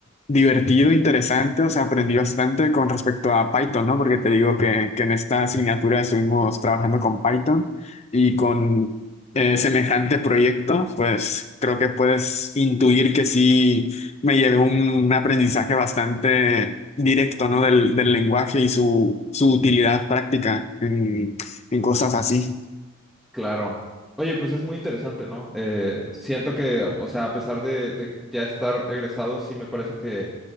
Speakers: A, on the left; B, in the centre.
A: divertido, interesante, o sea, aprendí bastante con respecto a Python, ¿no? Porque te digo que, que en esta asignatura estuvimos trabajando con Python y con eh, semejante proyecto, pues creo que puedes intuir que sí me llevé un, un aprendizaje bastante directo, ¿no? Del, del lenguaje y su, su utilidad práctica en, en cosas así.
B: Claro. Oye, pues es muy interesante, ¿no? Eh, siento que, o sea, a pesar de, de ya estar egresados, sí me parece que,